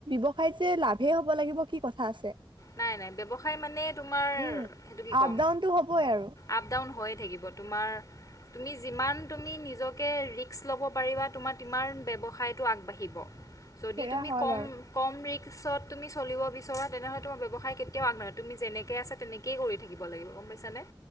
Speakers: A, on the right; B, on the left.
A: ব্যৱসায় যে লাভে হ'ব লাগিব কি কথা আছে
B: নাই নাই ব্যৱসায় মানে তোমাৰ
A: উম।
B: সেইটো কি
A: আপ
B: ক'ম
A: ডাউনটো হ'বই আৰু
B: আপ ডাউন হয় থাকিব তোমাৰ তুমি যিমান তুমি নিজকে ৰিস্ক ল'ব পাৰিবা তোমাৰ সিমান ব্যৱসায়টো আগবাঢ়িব যদি
A: সেয়া
B: তুমি
A: হয়
B: কম
A: বাৰু
B: কম ৰিস্কত তুমি চলিব বিচৰা তেনেহ'লে তোমাৰ ব্যৱসায় কেয়াও আগনাবাঢ়ে তুমি যেনেকে আছে তেনেকেই কৰি থাকিব লাগিব গম পাইছানে